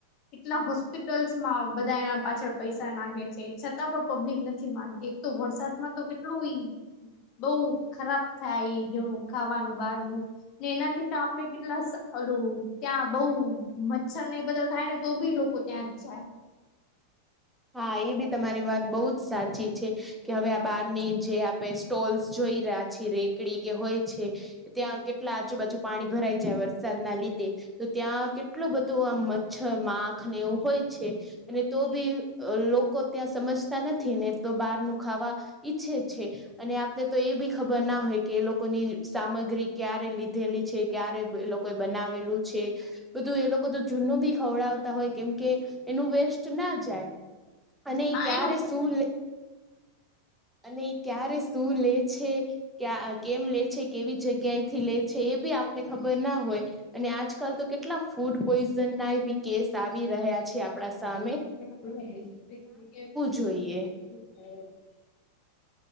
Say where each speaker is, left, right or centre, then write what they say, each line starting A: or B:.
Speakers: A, on the left; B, in the centre.
A: કેટલા હોસ્પિટલ્સ બધા એના પાછળ પૈસા નાખે છે છતાં પણ પબ્લિક નથી માનતી એક તો વરસાદ માં તો કેટ એટલું બઉ ખરાબ થાય જેું ખાવાનું બહારનું ને એનાથી તો આપણે કેટલા ઓલું ત્યાં બઉ મચ્છર ને એ બધા થાય ને તો બી લોકો ત્યા જાય
B: હા એ બી તમારી વાત બહુ જ સાચી છે. કે હવે આ બહારની જે આપણે સ્ટોલ્સ જોઈ રહ્યા છીએ રેકડી કે હોય છે. ત્યાં કેટલા આજુબાજુ પાણી ભરાઈ જાય વરસાદ ના લીધે તો ત્યાં કેટલું બધું આમ મચ્છર માખ ને એવું હોય છે, અને તો બી અ લોકો ત્યાં સમજતા નથી ને તો બહારનું ખાવા ઈચ્છે છે. અને આપને તો એ બી ખબર ના હોય કે એ લોકોની સામગ્રી ક્યારે લીધેલી છે. ક્યારે એ લોકોએ બનાવેલું છે. બધું એ લોકો તો જૂનું બી ખવડાવતા હોય કેમકે એનું વેસ્ટ ના જાય અને
A: હા
B: એ ક્યારે
A: એનું
B: શું લે અને <unintelligible> એઈ ક્યારે સુું લે છે કે આ કેમ લે છે, કેવી જગ્યાએથી લે છે, એ બી આપને ખબર ના હોય અને આજકાલ તો કેટલા ફૂડ પોઈઝનનાય બી કેસ આવી રહ્યા છે આપડા સા
A: <inaudible>
B: જોઈએ